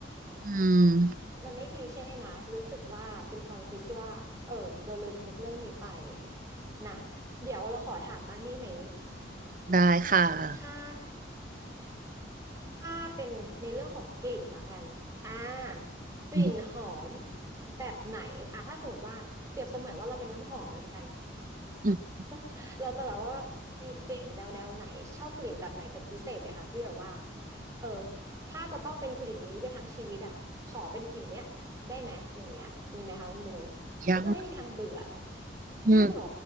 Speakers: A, on the right; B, on the right.
A: อืม
B: มันไม่คลีเช่นะรู้สึกว่าเป็นความคิดที่ว่าเออเราลืมนึกเรื่องนี้ไปนะเดี๋ยวเราขอถามบ้างได้ไหม
A: ได้ค่ะ
B: ถ้า ถ้าเป็นในเรื่องของกลิ่นแล้วกันอ่ากลิ่นหอม
A: อืม
B: แบบไหนอ่าถ้าสมมติว่าเปรียบเสมือนว่าเราเป็นน้ำหอมแล้วกัน
A: อืม
B: <laughs> เราจะแบบว่ามีกลิ่นแนวแนวไหนชอบกลิ่นแบบไหนเป็นพิเศษไหมคะที่แบบว่าเออถ้าจะต้องเป็นกลิ่นนี้ไปทั้งชีวิตอ่ะขอเป็นกลิ่นเนี้ยได้ไหมอย่างเงี้ยมีไหมคะคุณโบ
A: ยัง
B: ฉันจะไม่มีทางเบื่อ
A: อืม
B: ยากเหรอ